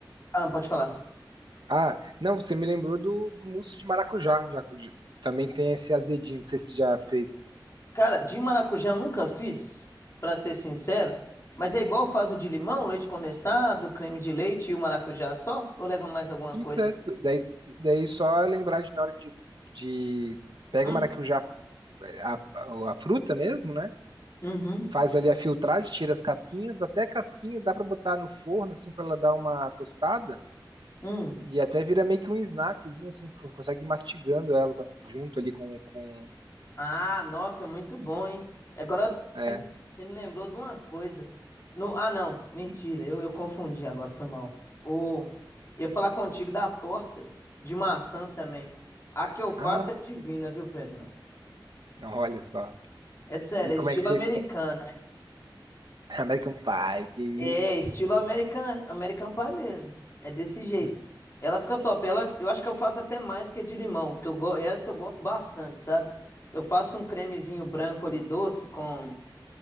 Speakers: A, on the left (about 35°); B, on the right (about 75°).
A: ah, pode falar.
B: Ah, não, você me lembrou do, do mousse de maracujá. Já, já- também tem esse azedinho, não sei se você já fez.
A: Cara, de maracujá eu nunca fiz, pra ser sincero, mas é igual faz o de limão, leite condensado, creme de leite e o maracujá só? Ou leva mais alguma
B: Isso
A: coisa
B: é,
A: assim?
B: tu- daí, daí só lembrar de na hora de, de pega
A: Hum.
B: o maracujá, a, a, a fruta mesmo, né?
A: Uhum.
B: Faz ali a filtragem, tira as casquinhas, até a casquinha dá pra botar no forno, assim, pra ela dar uma tostada.
A: Hum.
B: E até vira meio que um snackzinho, assim, tu consegue ir mastigando ela junto ali com, com,
A: Ah, nossa, muito bom, hein? E Agora você
B: é.
A: me, você me lembrou de uma coisa. No, ah, não, mentira, eu, eu confundi agora, foi mal. O, ia falar contigo da torta de maçã também. A que eu faço
B: Ah,
A: é divina, viu, Pedrão?
B: olha só.
A: É sério,
B: E
A: é
B: como
A: estilo
B: é que você,
A: americano.
B: <laughs> American Pie, que
A: É,
B: isso.
A: estilo American, American Pie mesmo. É desse jeito.
B: <laughs>
A: Ela fica top. Ela, eu acho que eu faço até mais que a de limão, que eu go- essa eu gosto bastante, sabe? Eu faço um cremezinho branco ali doce com